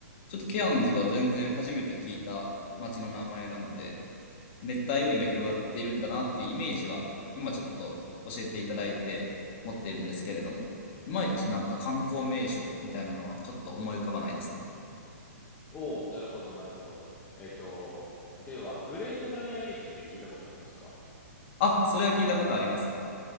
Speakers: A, on the left; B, on the left.
A: ちょっとケアンズが全然初めて聞いた町の名前なので、熱帯雨林が広がっているんだなっていうイメージは、今ちょっと教えていただいて持っているんですけれども、いまいちなんか観光名所みたいなのはちょっと思い浮かばないですね。
B: おお、なるほど、なるほど。えっと、では、グレートバリアリーフって聞いたことありますか
A: あ、それは聞いたことあります。